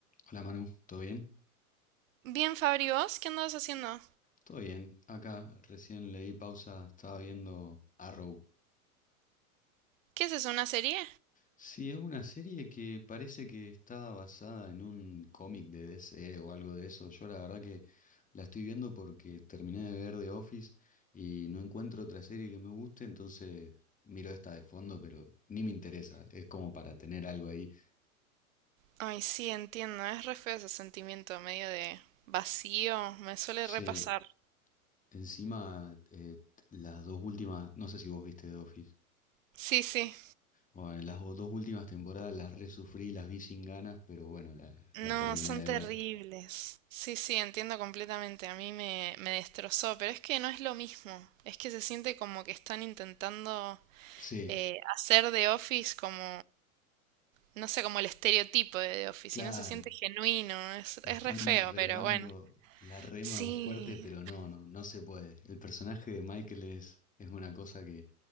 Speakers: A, on the left; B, on the right.
A: Hola Manu, ¿todo bien?
B: Bien, Fabri, ¿vos qué andabas haciendo?
A: Todo bien. Acá recién le di pausa, estaba viendo Arrow.
B: ¿Qué es eso, una serie?
A: Sí, es una serie que parece que está basada en un cómic de DC o algo de eso. Yo la verdad que la estoy viendo porque terminé de ver The Office y no encuentro otra serie que me guste, entonces miro esta de fondo, pero ni me interesa. Es como para tener algo ahí.
B: Ay, sí, entiendo, es re feo ese sentimiento medio de vacío, me suele
A: Sí,
B: repasar.
A: encima eh, las dos últimas, no sé si vos viste The Office.
B: Sí, sí,
A: Bueno, las o- dos últimas temporadas las resufrí, las vi sin ganas, pero bueno, la,
B: no,
A: la terminé
B: son
A: de
B: terribles.
A: ver.
B: Sí, sí, entiendo completamente, a mí me, me destrozó, pero es que no es lo mismo, es que se siente como que están intentando
A: Sí,
B: eh, hacer de Office como, no sé, como el estereotipo de The Office,
A: claro,
B: y no se siente genuino, es,
A: la
B: es
A: están
B: re feo,
A: remando,
B: pero bueno.
A: la reman
B: Sí,
A: fuerte, pero no, no, no se puede. El personaje de Michael es, es una cosa que...